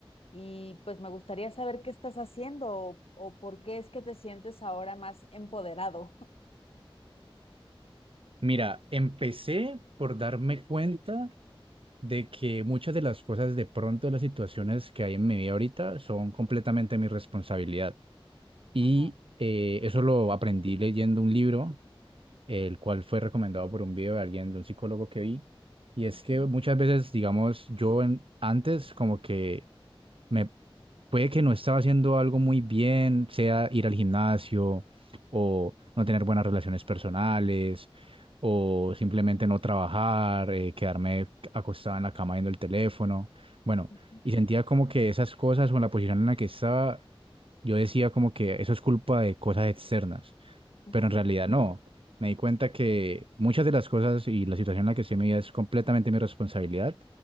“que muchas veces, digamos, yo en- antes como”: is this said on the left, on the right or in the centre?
Right